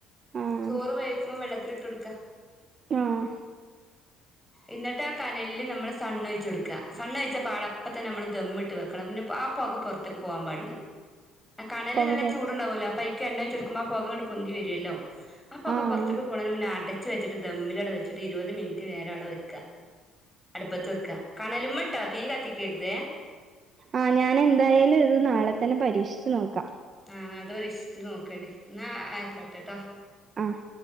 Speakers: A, on the right; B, in the centre.
A: ആഹ്
B: ചോറ് വേവിക്കുമ്പോൾ വെള്ളത്തിൽ ഇട്ട് കൊടുക്ക
A: ആഹ്
B: എന്നിട്ട് ആ കനലിൽ നമ്മള് സണ് ഒഴിച്ച് കൊടുക്കുക സണ്ണ ഒഴിച്ച പാട അപ്പം തന്നെ നമ്മൾ ദമ്മിട്ട് വെക്കണം പിന്നെ ആ പുക പുറത്ത് ക്ക് പോവാൻ പാ കണല്
A: പൊക
B: നല്ല
A: പൊറത്ത്
B: ചൂട്ണ്ടാവലോ അപ്പൈക്ക് എണ്ണ ഒഴിച്ചടുക്കുമ്പോ പോകങ്ങണ്ട് പൊന്തി വരുല്ലോ ആ പൊക
A: ആഹ്
B: പുറത്തേക്ക് പോണെന്റെ മുന്നെ അടച്ച് വച്ചിട്ട് ദമ്മിലടെ വെച്ചിട്ട് ഇരുപത് മിനിറ്റ് നേരം അവിടെ വെക്ക അടുപ്പത്ത് വെക്ക കണല മട്ടോ തീ കത്തിക്കരുത്
A: ആഹ് ഞാൻ എന്തായാലും ഇത് നാളെ തന്നെ പരീക്ഷിച്ച് നോക്കാ
B: ആഹ് നാളത്തെ പരീക്ഷച്ച് നോക്കേണ്ടി എന്നാ ആയക്കോട്ടെട്ടോ
A: ആഹ്